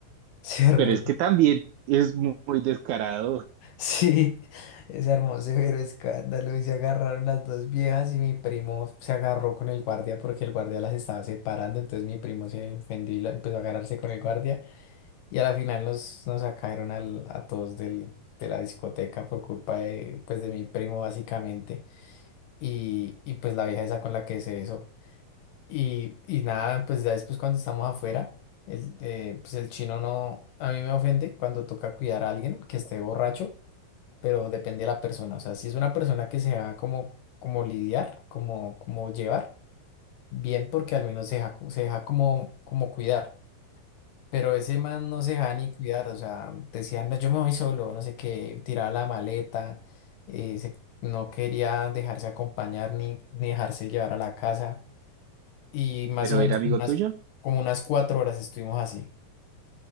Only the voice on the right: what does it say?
pero es que
también es mu- muy, descarado.
Pero
era amigo
tuyo,